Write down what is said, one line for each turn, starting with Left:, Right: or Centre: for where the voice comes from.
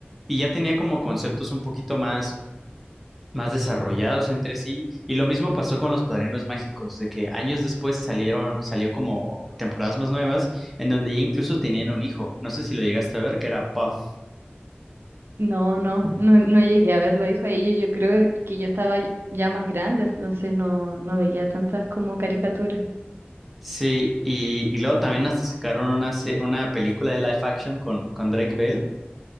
Centre: Y ya tenía como conceptos un poquito más más desarrollados entre sí. Y lo mismo pasó con los Padrinos Mágicos, de que años después salieron, salió como temporadas más nuevas, en donde ya incluso tenían un hijo. No sé si lo llegaste a ver, que era Puff.
Right: No, no, no, no llegué a verlo, dijo ella, yo creo que yo estaba ya más grande, entonces no, no veía tantas como caricaturas.
Centre: Sí, y, y luego también hasta sacaron una, se- una película de live action con, con Drake Bell.